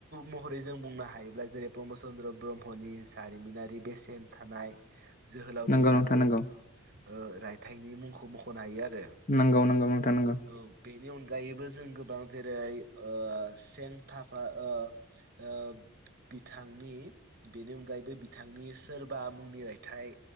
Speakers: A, on the right; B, on the left.
A: महरै जों बुंनो हायोब्ला जेरै पमद चन्द्र ब्रह्मनि जारिमिनारि बेसेन थानाय जोहोलाव
B: नंगौ
A: दैमालु
B: नोंथां
A: ओ
B: नंगौ
A: रायथाइनि मुंखौ मख'नो हायो आरो
B: नंगौ नंगौ नोंथां नंगौ
A: औ बेनि अन गायैबो जों गोबां जेरै ओ सें थाफा ओ ओ बिथांनि बेनि अनगायैबो बिथांनि सोरबा मुंनि रायथाइ